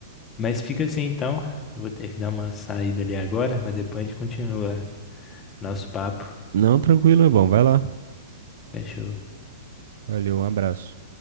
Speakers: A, on the left (about 20°); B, on the right (about 70°).
A: Mas fica assim então. Eu vou ter que dar uma saída ali agora, mas depois a gente continua nosso papo.
B: Não, tranquilo, é bom. Vai lá.
A: Fechou.
B: Valeu, um abraço.